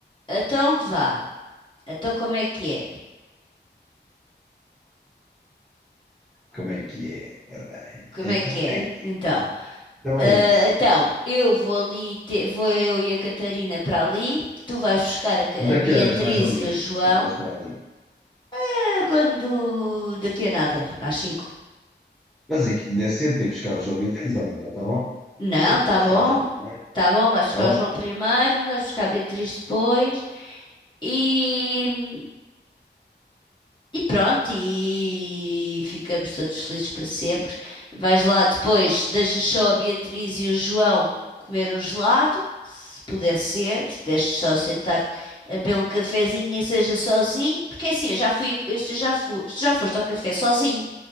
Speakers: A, on the left; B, in the centre.
A: então vá. Então, como é que é?
B: Como é que é? Ora bem,
A: Como
B: então
A: é que é?
B: é isso.
A: Então.
B: Então
A: Ah,
B: é isso.
A: então, eu vou ali, te- vou eu e a Catarina para ali. Tu vais buscar a, Ca-
B: Mas a
A: a Beatriz
B: que horas, mais ou menos,
A: e a João.
B: é que vais para ali?
A: Ah, quando daqui a nada, às cinco
B: Mas aqui ainda é cedo para ir buscar o João Beatriz, ou não? Já está bom?
A: Não,
B: Sim,
A: tá
B: vou buscar
A: bom.
B: o João Beatriz.
A: Tá bom, vais
B: Está
A: buscar
B: ótimo.
A: o João primeiro,
B: né?
A: vais buscar a Beatriz depois. E E pronto, e ficamos todos felizes para sempre. Vais lá depois, deixas só a Beatriz e o João comer um gelado, se puder ser, se puderes só sentar-te a beber um cafezinho, nem que seja sozinho, porque é assim, eu já fui, eu já fui, tu já foste ao café sozinho,